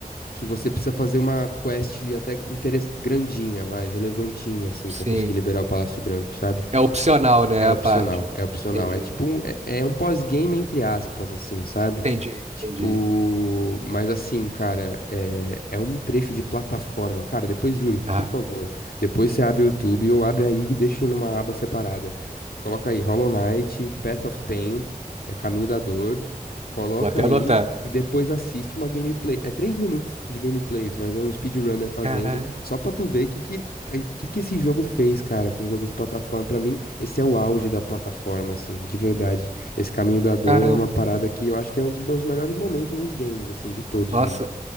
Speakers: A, on the left (about 75°); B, on the right (about 45°).
A: que você precisa fazer uma quest até interes- grandinha, vai, relevantinha, assim,
B: sim.
A: pra conseguir liberar o Palácio Branco, sabe?
B: É opcional, né,
A: É opcional,
B: a parte.
A: é opcional.
B: Entendi,
A: É tipo, um- é, é um pós-game entre aspas, assim, sabe?
B: entendi,
A: Tipo,
B: entendi.
A: mas assim, cara, é, é um trecho de plataforma. Cara, depois, juro,
B: Ah.
A: por favor, depois você abre o YouTube ou abre aí e deixa numa aba separada. Coloca aí Hollow Knight, Path of Pain, que é Caminho da Dor, Coloca
B: Vou até
A: aí
B: anotar.
A: e depois assiste uma gameplay. É três minutos de gameplay. Você vai ver um speedrunner fazendo.
B: Cara,
A: Só pra tu ver o que que, ai, que que esse jogo fez, cara, com o jogo de plataforma. Pra mim, esse é o auge da plataforma, assim, de verdade. Esse caminho da dor
B: caramba.
A: é uma parada que eu acho que é um dos meus melhores momentos nos games, assim, de todos
B: Nossa,
A: mesmo.